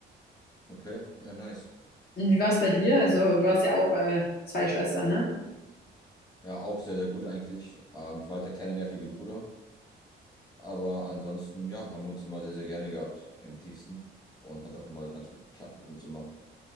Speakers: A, on the left (about 20°); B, on the left (about 50°).
A: Okay, ja, nice.
B: Und wie war es bei dir? Also du hast ja auch äh, zwei Schwestern, ne?
A: Ja, auch sehr, sehr gut eigentlich. Ähm, ich war halt der kleine nervige Bruder. Aber ansonsten, ja, haben wir uns immer sehr, sehr gerne gehabt im tiefsten. Und hat auch immer ganz gut geklappt mit uns immer.